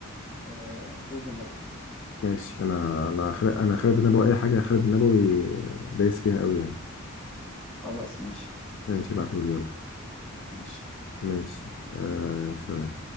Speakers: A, in the centre; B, on the left.
A: آه خالد النبوي
B: ماشي انا انا خالد انا خالد النبوي اي حاجه خالد النبوي دايس فيها قوي يعني
A: خلاص ماشي
B: ماشي ابعتهولي يلا
A: ماشي
B: ماشي آه سلام